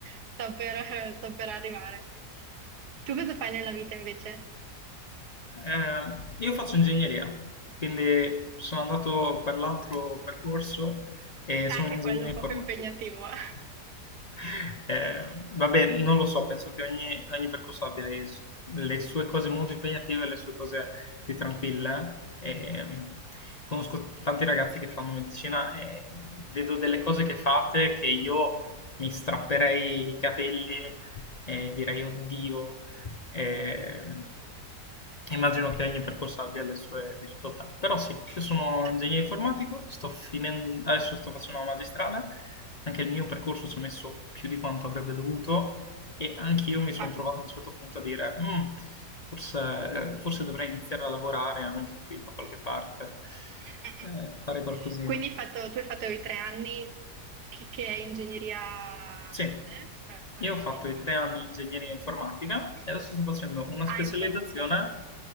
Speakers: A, on the right; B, on the left.
A: sto per, sto per arrivare. Tu cosa fai nella vita invece?
B: Eh, io faccio ingegneria, quindi sono andato per l'altro percorso e
A: Anche
B: sono un ingegnere
A: quello poco
B: informatico.
A: impegnativo, <laughs> eh?
B: <laughs> Eh, vabbè, non lo so, penso che ogni, ogni percorso abbia i s- le sue cose molto impegnative e le sue cose più tranquille. E, mm, conosco tanti ragazzi che fanno medicina e vedo delle cose che fate che io mi strapperei i capelli e direi, oddio e immagino che ogni percorso abbia le sue difficoltà. Però sì, io sono
A: Eh
B: ingegnere
A: sì,
B: informatico, sto finendo, adesso sto facendo la magistrale, anche il mio percorso ci ha messo più di quanto avrebbe dovuto e anch'io
A: eh,
B: mi sono
A: capita.
B: trovato a un
A: Mm,
B: certo punto a dire "Mm, forse, forse dovrei iniziare a lavorare anche qui da qualche parte,
A: mm,
B: eh,
A: mm.
B: fare qualcosina.
A: Quindi hai fatto- tu hai fatto i tre anni che, che è ingegneria
B: Sì,
A: base, cioè, correggimi.
B: Io ho fatto i tre anni in ingegneria informatica e adesso sto facendo una
A: Ah,
B: specializzazione
A: informatica già.